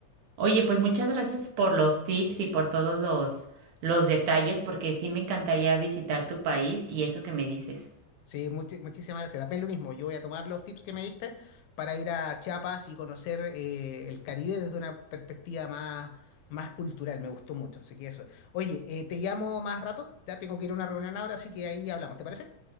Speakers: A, on the right; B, on the left.
A: Oye, pues muchas gracias por los tips y por todos los, los detalles, porque sí me encantaría visitar tu país y eso que me dices.
B: Sí, muchi- muchísimas gracias. La pena lo mismo. Yo voy a tomar los tips que me diste para ir a Chiapas y conocer eh, el Caribe desde una perspectiva más, más cultural. Me gustó mucho. Así que eso. Oye, eh, te llamo más rato. Ya tengo que ir a una reunión ahora, así que ahí hablamos. ¿Te parece?